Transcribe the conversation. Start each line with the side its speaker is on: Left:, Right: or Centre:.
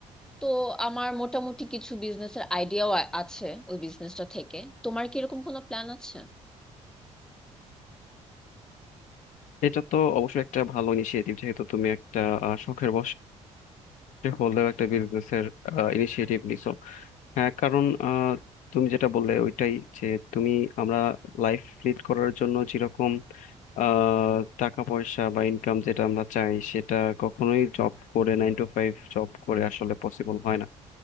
Centre: তো আমার মোটামুটি কিছু বিজনেসের আইডিয়াও আছে ওই বিজনেসটা থেকে তোমার কি এরকম কোনো প্ল্যান আছে
Left: এটা তো অবশ্যই একটা ভালো ইনিশিয়েটিভ যেহেতু তুমি একটা আহ, শখের বশে হলেও একটা বিজনেসের ইনিশিয়েটিভ নিছো হ্যাঁ কারণ আহ, তুমি যেটা বললে ওইটাই যে তুমি আমরা লাইফ লিড করার জন্য যেরকম আহ, টাকা পয়সা বা ইনকাম যেটা আমরা চাই সেটা কখনোই জব করে নাইন টু ফাইভ জব করে আসলে পসিবল হয় না